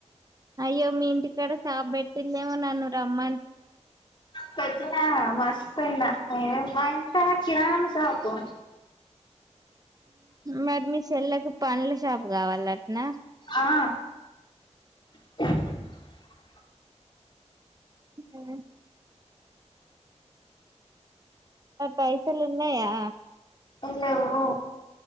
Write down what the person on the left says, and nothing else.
పెట్టినా మార్షి పోయిన మా ఇంటి కాడా కిరాణ షాపు
ఆ <inaudible>
లెవ్వు